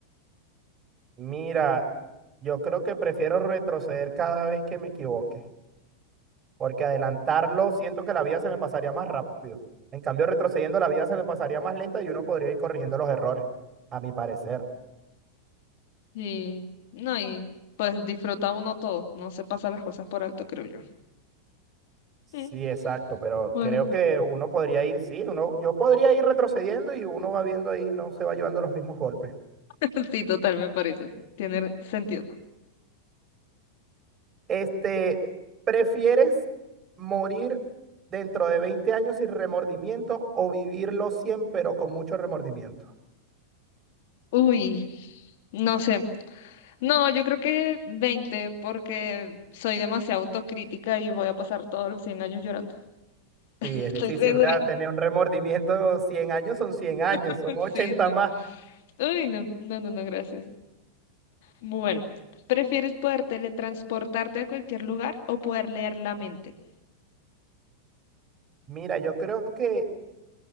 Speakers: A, on the right; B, on the left.
A: Mira, yo creo que prefiero retroceder cada vez que me equivoque, porque adelantarlo siento que la vida se me pasaría más rápido. En cambio, retrocediendo la vida se me pasaría más lenta y uno podría ir corrigiendo los errores, a mi parecer.
B: Sí, no, y pues disfruta uno todo, no se pasa las cosas por alto, creo yo.
A: Sí,
B: Mm,
A: exacto, pero
B: Bueno,
A: creo que uno podría ir, sí, uno, yo podría ir retrocediendo y uno va viendo ahí, no se va llevando los mismos golpes.
B: <laughs> sí, total, me parece, tiene sentido.
A: Este, ¿prefieres morir dentro de 20 años sin remordimiento o vivirlo 100 pero con mucho remordimiento?
B: Uy, no sé, no, yo creo que 20 porque soy demasiado autocrítica y voy a pasar todos los 100 años llorando. Estoy
A: Sí, es difícil,
B: segura.
A: ¿verdad? Tener un remordimiento 100 años son 100 años,
B: <laughs>
A: son 80
B: Sí, no.
A: más.
B: Uy, no, no, no, no, gracias. Bueno, ¿prefieres poder teletransportarte a cualquier lugar o poder leer la mente?
A: Mira, yo creo que